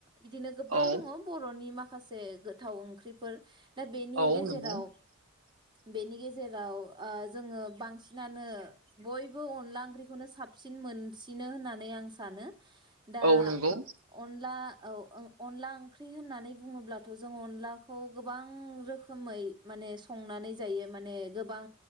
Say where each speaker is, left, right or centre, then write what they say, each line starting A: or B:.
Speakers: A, on the right (about 20°); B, on the right (about 75°).
A: बिदिनो गोबां
B: औ
A: दङ बर'नि माखासे माखासे गोथाव ओंख्रिफोर दा बेनि
B: औ
A: गेजेराव
B: नंगौ
A: बेनि गेजेराव ओ जोङो बांसिनानो बयबो अनला ओंख्रिखौनो साबसिन मोनसिनो होननानै आं सानो दा
B: औ नंगौ
A: अनला औ अनला ओंख्रि होननानै बुङोब्लाथ' जों अनला खौ गोबां रोखोमै माने संनानै जायो माने गोबां